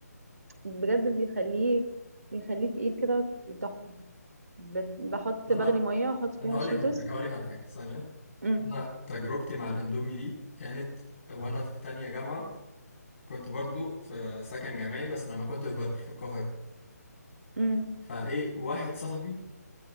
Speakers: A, on the right; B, on the left.
A: بجد بيخليه بيخليه تقيل كده وتحفه بت- بحط
B: انا
A: بغلي ميه واحط
B: انا
A: فيها
B: هقول
A: شيتوس
B: لك على حاجه هقول لك على حاجه ثانيه
A: امم
B: انا تجربتي مع الاندومي دي كانت وانا في تانية جامعه كنت برضو في سكن جامعي بس لما كنت في بدر في القاهره
A: امم
B: فايه واحد صاحبي